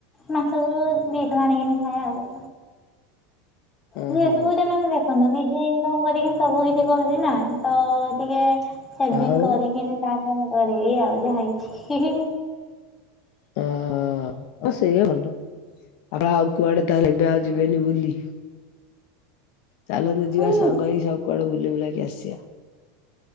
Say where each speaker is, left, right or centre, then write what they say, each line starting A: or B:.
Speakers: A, on the left (about 15°); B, on the left (about 60°).
A: ମାର୍କେଟ ରୁ କିଣିକାନୀ ଆଣି ଖା ଆଉ
B: ଓହୋ
A: ଯେହେତୁ ମାନେ ଦେଖନ୍ତୁ ନିଜେ ଇନକମ କରିକି ସବୁ କିଛି କରୁଛି ନା, ତ ଟିକେ- ସେଭିଙ୍ଗ
B: ଆଉ
A: କରିକିନି ତାପରେ କରି କି ନିଆଉ ଯାହା କିଛି-
B: ଅ ଆଉ ସେଇ ଭଲ ଆପ ଆଉ କୁଆଡେ ତାହେ ଏବେ ଆଉ ଯିବେନି ବୁଲି? ଚାଲନ୍ତୁ। ଯିବା
A: ହୁଁ
B: ସାଙ୍ଗ ହେଇକି, ସବୁ କୁଆଡ଼େ ବୁଲି ବୁଲାକି ଆସିବା।